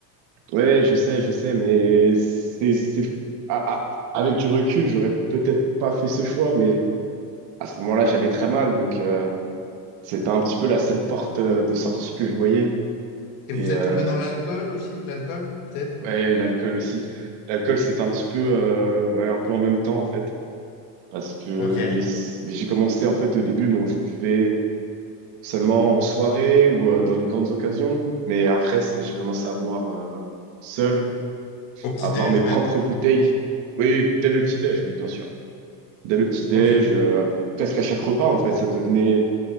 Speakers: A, on the right; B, on the left.
A: ouais, je sais, je sais, mais c'est... c'est- à- à- Avec du recul, j'aurais peut-être pas fait ce choix, mais à ce moment-là, j'allais très mal, donc euh, c'était un petit peu la seule porte euh, de sortie que je voyais.
B: Et
A: Et,
B: vous êtes
A: euh,
B: tombé dans l'alcool aussi, l'alcool, peut-être?
A: Ouais, l'alcool aussi. L'alcool, c'est un petit peu, euh, ouais, un peu en même temps, en fait. Parce que
B: Ok.
A: les... j'ai commencé, en fait, au début, bon, je buvais seulement en soirée ou euh, dans les grandes occasions. Mais après, c'est- j'ai commencé à boire euh, seul,
B: Au petit-déj
A: à avoir mes propres
B: même.
A: bouteilles. Oui, dès le petit-déj, oui, bien sûr. Dès le petit-déj,
B: Ok.
A: euh, presque à chaque repas, en fait, ça devenait,